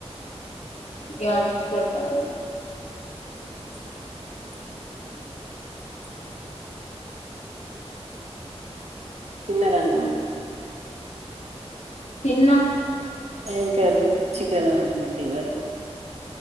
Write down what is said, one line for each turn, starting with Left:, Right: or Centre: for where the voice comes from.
Left: గ్యాప్ ఇచ్చి కొడతాంది.
Right: అవునా తిన్నారండి మరి?
Left: తిన్నా
Right: ఏం కర్రీ చికెన్ ఆంటివి కదా